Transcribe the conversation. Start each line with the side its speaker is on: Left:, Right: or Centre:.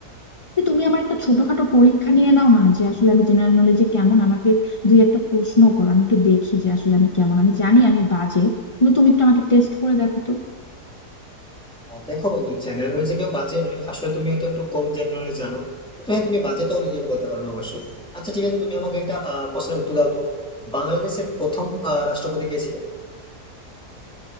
Left: যে তুমি আমার একটা ছোটখাটো পরীক্ষা নিয়ে নাও না যে আসলে আমি জেনারেল নলেজে কেমন আমাকে দুই একটা প্রশ্ন করো আমি একটু দেখি যে আসলে আমি কেমন আমি জানি আমি বাজে কিন্তু তুমি একটু আমাকে টেস্ট করে দেখো তো
Centre: আহ, দেখো বন্ধু জেনারেল নলেজে কেউ বাজে নয় আসলে তুমি হয়তো একটু কম জেনারেল নলেজ জানো তো হ্যাঁ তুমি বাজে তো নিজেকে বলতে পারো না অবশ্যই আচ্ছা ঠিক আছে তুমি আমাকে একটা আহ, প্রশ্নের উত্তর দাও তো বাংলাদেশের প্রথম আহ, রাষ্ট্রপতি কে ছিল